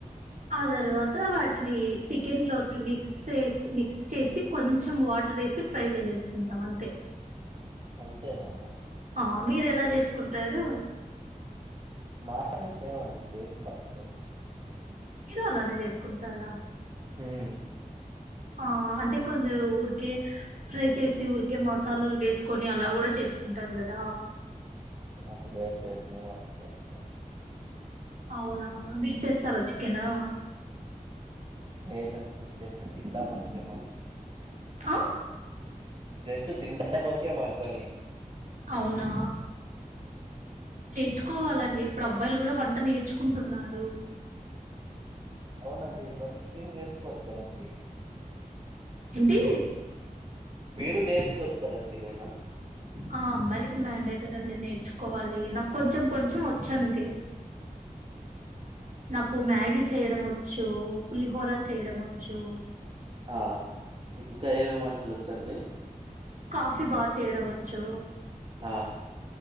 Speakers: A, on the right; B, on the right.
A: ఆ తర్వాత్ త వాటినీ చికెన్ లోక్ మిక్స్ చే మిక్స్ చేసి కొంచెం వాటర్ ఏసి ఫ్రై చేసేస్ కుంటమంతే
B: అంతేనా
A: ఆ మీరు ఎలా చేసుకుంటారూ.
B: మాది సేమ్ అండి సేమ్ ప్రాసెస్ ఏ
A: మీరూ అలానే చేసుకుంటారా.
B: ఉమ్
A: ఆ అంటే కొందరు ఉరికే ఫ్రై చేసి ఉరికే మసాలాలు వేసుకొని అలా కూడా చేసుకుంటారు కదా.
B: ఆ లేదు లేదు మేం అట్ల చేసుకోం.
A: అవునా అవున మీరు చేస్తారా చికెనా.
B: లేద్ అండి జస్ట్ తింటాం అంతే మనం.
A: ఆ
B: జస్టు తినడం వరకే మన పనీ.
A: అవునా. నేర్చుకోవాలండి ఇప్పుడు అబ్బాయిలు కూడా వంట నేర్చుకుంటున్నారు.
B: అవునండి మరి మీరు నేర్చు కోవచ్చు కదా అండి.
A: ఏంటీ
B: మీరు నేర్చుకోవచ్చు కదండి అన్న
A: ఆ అమ్మాయిలకి మ్యాండేటరీ అండి నేర్చుకోవాలి. నాకు కొంచెం కొంచెం వచ్చ అండి నాకు మ్యాగి చేయడం వచ్చూ, పులిహోర చేయడం వచ్చూ
B: ఆ, ఇంకా ఏమేమి వంటలు వచ్చండి.
A: కాఫీ బాగా చేయడంవచ్చూ.
B: ఆ